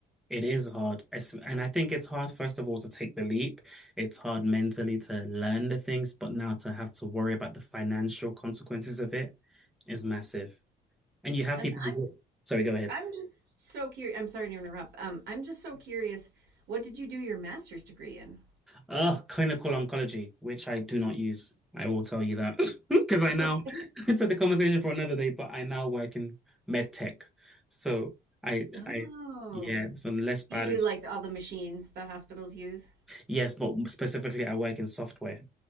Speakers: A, in the centre; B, on the right.
A: It is hard. It's- And I think it's hard, first of all, to take the leap. It's hard mentally to learn the things, but now to have to worry about the financial consequences of it is massive. And you have
B: And
A: people
B: I'm
A: who, sorry, go ahead.
B: I'm just so curious. I'm sorry to interrupt. Um, I'm just so curious. What did you do your master's degree in?
A: Uh, clinical oncology, which I do not use. I will tell you that <laughs> because I
B: <laughs>
A: now
B: Okay.
A: <laughs> it's a conversation for another day, but I now work in med tech. So I,
B: Oh,
A: I, yeah, so I'm less biology.
B: you do like all the machines the hospitals use?
A: Yes, but specifically, I work in software